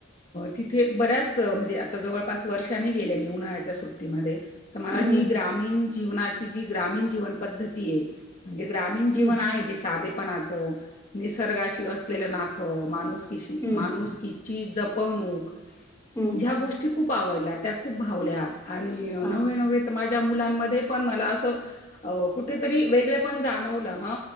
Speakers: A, on the left; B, on the left.
A: तिथे बऱ्याच म्हणजे आता जवळपास वर्षाने गेले मी उन्हाळ्याच्या सुट्टीत. मध्ये, तर मला
B: हम्म
A: जी ग्रामीन जीवनाची जी ग्रामीण जीवन पद्धती आहे. म्हणजे ग्रामीण जीवन
B: हम्म
A: आहे जे साधेपणाच, निसर्गाशी असलेलं नात, माणूस
B: हम्म
A: माणूसकीची जपवणूक
B: हम्म
A: ह्या गोष्टी खूप आवडल्या त्या खूप भावल्या आणि
B: हा
A: नव्हें नव्हें तर माझ्या मुलांमध्ये पण मला असं कुठ कुठेतरी वेगळे पण जाणवलं ह.